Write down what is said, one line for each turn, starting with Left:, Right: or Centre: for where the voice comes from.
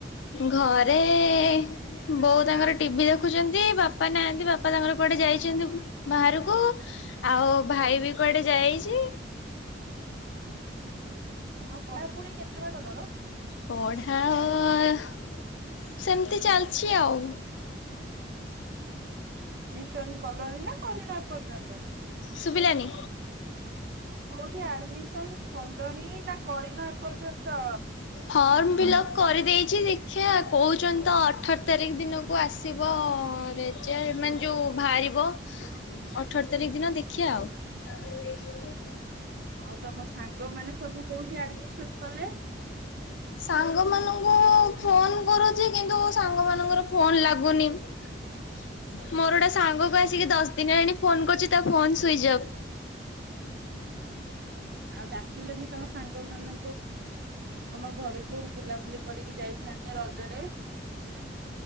Left: ଘରେ ଏ ବୋଉ ତାଙ୍କର ଟିଭି ଦେଖୁଚନ୍ତି। ବାପା ନାହାନ୍ତି ବାପା ତାଙ୍କର କୁଆଡେ ଯାଇଚନ୍ତି ବାହାରକୁ, ଆଉ ଭାଇ ବି କୁଆଡେ ଯାଇଚି?
Right: ଆଉ ପଢାପଢି କେତେ ବାଟ ତମର?
Left: ପଢାଅ ସେମିତି ଚାଲିଛି ଆଉ।
Right: ଜଏନ କଲଣି ନା କରିନ ଏ ପର୍ଯ୍ୟନ୍ତ
Left: ଶୁଭିଲାନି
Right: କୋଉଠି ଆଡମି ମିସନ୍ କଲଣି ନା କରିନ ଏ ପର୍ଯ୍ୟନ୍ତ।
Left: ଫର୍ମ ଫି ଲପ କରିଦେଇଛି ଲେ ଦେଖିଆ କହୁଛନ୍ତି ତ ଅଠର ତାରିଖ ଦିନକୁ ଆସିବ ରେ ମାନେ ଯୋଉ ବାହାରିବ ଅଠର ତାରିଖ ଦିନ ଦେଖିବା ଆଉ।
Right: ଆଉ ତମ ସାଙ୍ଗମାନେ ସବୁ କୋଉଠି ଆଡମିସନ କଲେ?
Left: ସାଙ୍ଗ ମାନଙ୍କୁ ଫୋନ କରୁଛି କିନ୍ତୁ ସାଙ୍ଗ ମାନଙ୍କର ଫୋନ ଲାଗୁନି ମୋର ଗୋଟା ସାଙ୍ଗକୁ ଆସିକି ଦଶ ଦିନଲାଣି ଫୋନ କରୁଛି ତା ଫୋନ ସୁଇଚ ଅଫ୍।
Right: ଆଉ ଡାକିଲନି ତମ ସାଙ୍ଗ ମାନ ଆମ ଘରକୁ ବୁଲାବୁଲି କରିକି ଯାଇଥାନ୍ତେ ରଜରେ।